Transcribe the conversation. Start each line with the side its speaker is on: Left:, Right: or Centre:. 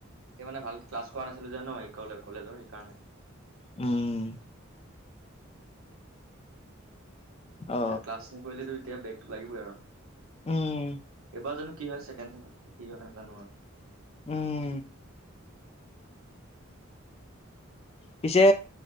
Right: তেতিয়া মানে ভালকে ক্লাছ কৰা নাছিলো যে ন' কলে কলেজৰ সেইকাৰণে।
Left: উম,। অ
Right: এতিয়া ক্লাছ নকৰিলে এতিয়া বেগটো লাগিবই আৰু।
Left: উম
Right: এইবাৰ জানো কি হয় ছেকেণ্ড চেমত কি হয় নাজানো আৰু।
Left: উম,। পিছে